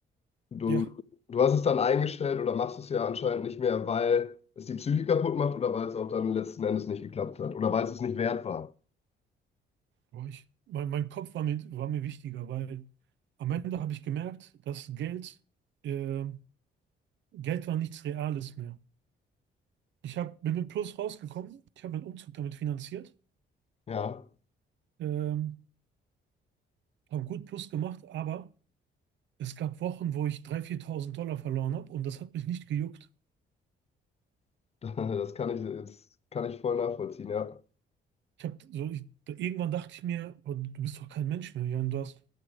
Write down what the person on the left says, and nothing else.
Du,
du hast es dann eingestellt oder machst es ja anscheinend nicht mehr, weil es die Psyche kaputt macht oder weil es auch dann letzten Endes nicht geklappt hat oder weil es es nicht wert war.
Ja,
<laughs> das kann ich jetzt kann ich voll nachvollziehen. Ja,